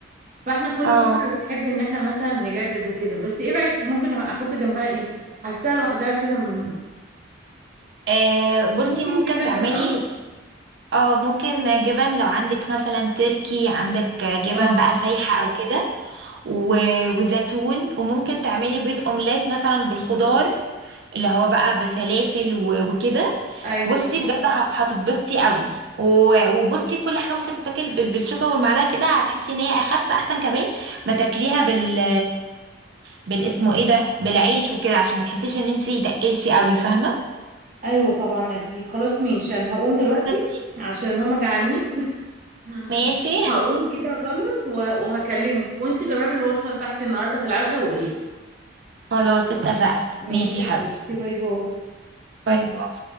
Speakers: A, on the right; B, on the right.
A: فاحنا كل
B: اه
A: فتره بنحب ان احنا مثلا نجدد وكده بس ايه رايك ممكن احط جنبها ايه حاساها لوحدها كده من-
B: آه، بصي
A: ممكن
B: ممكن
A: جبن
B: تعملي
A: بقى
B: اه ممكن جبن لو عندك مثلا تركي عندك جبن
A: اه
B: بقى سايحة او كده و- وزيتون وممكن تعملي بيض اومليت مثلا بالخضار اللي هو بقى بسلاسل و- وكده
A: ايوه
B: بصي بجد ه- هتتبسطي قوي و- وبصي كل حاجه ممكن تتاكل بال- بالشوكه والمعلقه كده هتحسي ان هي اخف احسن كمان ما تاكليها بال بالاسمه ايه ده بالعيش وكده عشان ما تحسيش ان انتي دقلتي قوي فاهمه
A: ايوه طبعا اكيد خلاص ماشي انا هقوم دلوقتي
B: بس
A: عشان هما جعانين مم.
B: ماشي
A: هقوم كده اخلص و- وهكلمك وانتي جربي الوصفه بتاعتي النهارده في العشاء وقولي لي
B: خلاص اتفقت
A: ماشي
B: ماشي يا
A: يا
B: حبيبتي
A: حبيبتي باي باي
B: باي باي